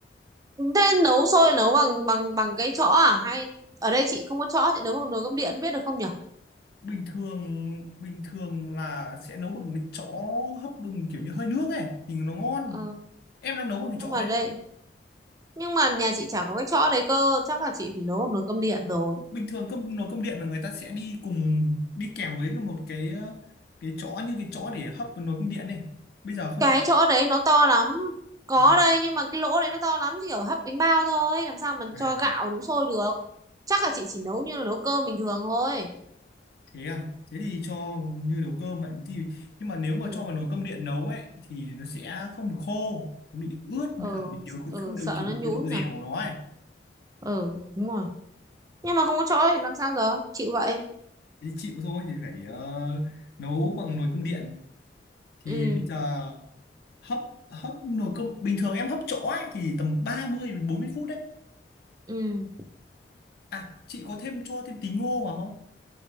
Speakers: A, on the right (about 20°); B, on the left (about 60°).
A: thế nấu sôi nấu bằng bằng bằng cái chõ à hay ở đây chị không có chõ chị nấu bằng nồi cơm điện biết được không nhỉ
B: bình thường bình thường là sẽ nấu bằng cái chõ hấp bằng kiểu như hơi nước ấy thì nó ngon
A: ờ.
B: em đang nấu bằng cái
A: nhưng
B: chõ
A: mà
B: đấy
A: đây nhưng mà nhà chị chả có cái chõ đấy cơ chắc là chị phải nấu bằng nồi cơm điện rồi
B: bình thường cơm nồi cơm điện là người ta sẽ đi cùng đi kèm với một cái ờ, cái chõ như cái chõ để hấp nồi cơm điện này bây giờ không
A: cái
B: có
A: chỗ đấy nó to lắm có
B: à
A: đây nhưng mà cái lỗ đấy nó to lắm chỉ kiểu hấp bánh bao thôi làm sao mình
B: à
A: cho gạo nấu sôi được chắc là chị chỉ nấu như là nấu cơm bình thường thôi
B: thế à thế thì cho như nấu cơm vậy thì nhưng mà nếu mà
A: ừ
B: cho vào nồi cơm điện nấu ấy thì nó sẽ không được khô nó bị ướt với
A: ừ,
B: cả mình điều
A: ừ
B: không điều
A: sợ
B: chỉnh
A: nó
B: được
A: nhũn
B: cái độ dẻo
A: nhỉ
B: của nó ấy
A: ừ đúng rồi nhưng mà không có chỗ thì làm sao giờ chịu vậy
B: thế chịu thôi thì phải ờ, nấu bằng nồi cơm điện thì
A: ừ
B: bây giờ hấp hấp nồi cơm bình thường em hấp chõ ấy thì tầm 30 đến 40 phút đấy
A: ừ
B: À, chị có thêm cho thêm tí ngô vào không?